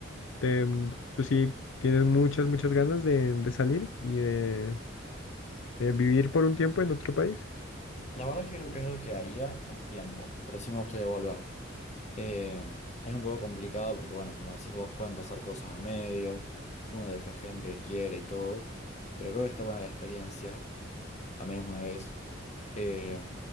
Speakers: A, on the left (about 80°); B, on the left (about 35°).
A: te, tú sí tienes muchas, muchas ganas de, de salir y de, de vivir por un tiempo en otro país.
B: La verdad que creo que es algo que haría un tiempo, pero sí me gustaría volver. Eh, es un poco complicado porque, bueno, como decís vos, pueden pasar cosas al medio, uno deja gente que quiere y todo, pero creo que está buena la experiencia, al menos una vez. Eh,